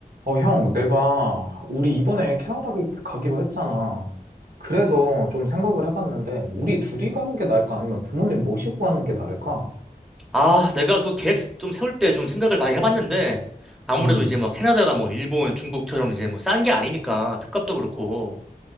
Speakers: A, on the right; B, in the centre.
A: 어, 형, 내가, 우리 이번에 캐나다 가- 가기로 했잖아. 그래서 좀 생각을 해봤는데, 우리 둘이 가는 게 나을까? 아니면 부모님 모시고 가는 게 나을까?
B: 아, 내가 그 계획 좀 세울 때 좀 생각을 많이 해봤는데, 아무래도
A: 음,
B: 이제 뭐 캐나다가 뭐 일본, 중국처럼 이제 뭐 싼 게 아니니까, 표값도 그렇고,